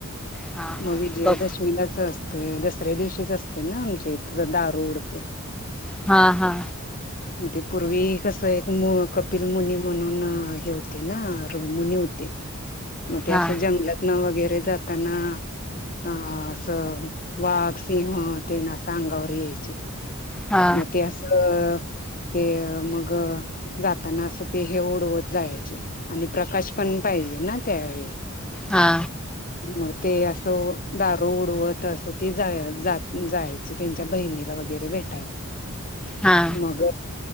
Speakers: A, in the centre; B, on the left.
A: हा हा
B: मग विजयादशमीलाच
A: बघ
B: अस ते दसऱ्या दिवशीच असते ना आमच्या इत दारू उडत्या
A: हा हा
B: म ते पूर्वी कसं एक मु कपिल मुनी म्हणून हे होते ना रो मुनी होते मग ते
A: हा
B: असं जंगलातना वगैरे जाताना आ अस वाग सिंह ते ना असं अंगावर यायचे
A: हा
B: म ते असंअ ते मग जाताना अस ते हे उडवत जायच आणि प्रकाश पण पाहिजे ना त्यावेळी
A: हा
B: म ते असं दारू उडवत असं ती जा जाय जायची त्यांच्या बहिणीला वगैर वगैर भेटायला
A: हा
B: मग